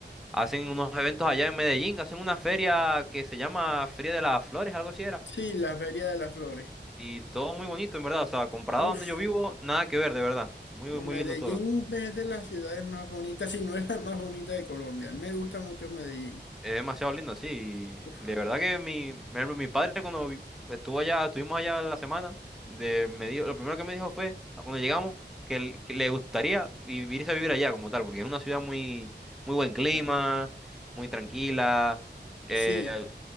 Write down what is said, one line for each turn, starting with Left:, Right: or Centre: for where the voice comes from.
Centre: hacen unos eventos allá en Medellín, hacen una feria que se llama Feria de las Flores, algo así era.
Left: sí, la Feria de las Flores,
Centre: Y todo muy bonito, en verdad, o sea, comparado
Left: Uf,
Centre: a donde yo vivo, nada que ver, de verdad. Muy,
Left: no,
Centre: muy
Left: Medellín
Centre: lindo todo.
Left: es de las ciudades más bonitas, si no es la más bonita de Colombia, me gusta mucho Medellín,
Centre: Es demasiado lindo, sí.
Left: Uf,
Centre: y De verdad
Left: o
Centre: que mi, por ejemplo, mi padre cuando vi- estuvo allá, estuvimos allá la semana, de, me dijo, lo primero que me dijo fue, a cuando llegamos, que, él- que le gustaría vi- irse a vivir allá como tal, porque es una ciudad muy, muy buen clima,
Left: sea,
Centre: muy tranquila, eh,
Left: sí,